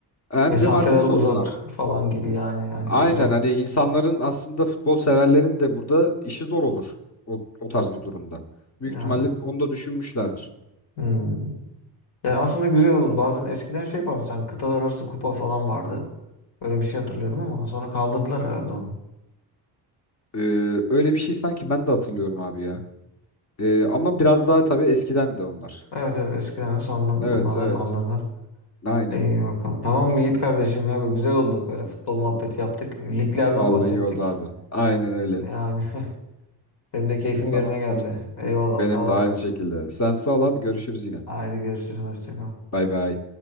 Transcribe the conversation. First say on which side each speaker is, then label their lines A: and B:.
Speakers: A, on the left; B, on the left.
A: Hem
B: Mesafeler
A: de maddi sorunlar.
B: uzak falan gibi yani hani
A: Aynen
B: uzak
A: hani insanların aslında futbol severlerin de burada işi zor olur o, o tarz bir durumda. Büyük
B: yani.
A: ihtimalle onu da düşünmüşlerdir.
B: Hmm. Yani aslında güzel oldu. Bazen eskiden şey vardı sanki kıtalar arası kupa falan vardı. Böyle bir şey hatırlıyorum ama sonra kaldırdılar herhalde onu.
A: Ee, öyle bir şey sanki ben de hatırlıyorum abi ya. Ee, ama biraz daha tabii eskiden de onlar.
B: Evet evet eskiden de sonra
A: Evet
B: bunlar
A: evet.
B: da kaldırdılar.
A: Aynen.
B: İyi bakalım. Tamam Yiğit kardeşim ya böyle güzel oldu. Böyle futbol muhabbeti yaptık. Liglerden
A: Vallahi
B: bahsettik.
A: iyi oldu abi. Aynen öyle.
B: Yani <laughs> benim de keyfim
A: Tamamdır.
B: yerine geldi. Eyvallah
A: Benim
B: sağ olasın.
A: de aynı şekilde. Sen sağ ol abi görüşürüz yine.
B: Haydi görüşürüz. Hoşça kal.
A: Bay bay.